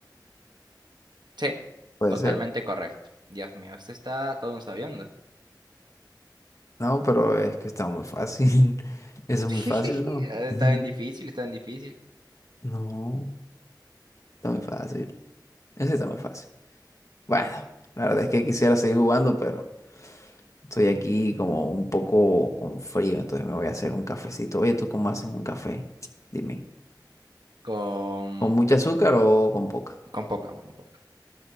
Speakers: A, on the right; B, on the left.
A: Sí,
B: Puede
A: totalmente
B: ser.
A: correcto. Dios mío, este está todo un sabiendo.
B: No, pero es que está muy fácil. <laughs> Eso es
A: <laughs>
B: muy fácil, ¿no? <laughs>
A: Está bien difícil, está bien difícil.
B: No, está muy fácil. Eso está muy fácil. Bueno, la verdad es que quisiera seguir jugando, pero estoy aquí como un poco con frío, entonces me voy a hacer un cafecito. Oye, ¿tú cómo haces un café? Dime.
A: Con,
B: ¿Con mucha azúcar o con poca?
A: con poca, con poca.